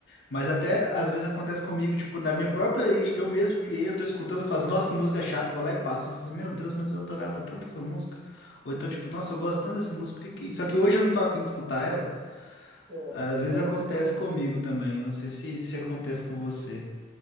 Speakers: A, on the left; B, on the right.
A: mas até às vezes acontece comigo, tipo, na minha própria playlist que eu mesmo criei, eu tô escutando, eu faço, nossa, que música chata, vou lá e passo. Eu falo assim, meu Deus, mas eu adorava tanto essa música. Ou então, tipo, nossa, eu gosto tanto dessa música, por que que... Só que hoje eu não tô afim de escutar ela.
B: É,
A: Às
B: verdade,
A: vezes acontece
B: é verdade.
A: comigo também, eu não sei se, se acontece com você.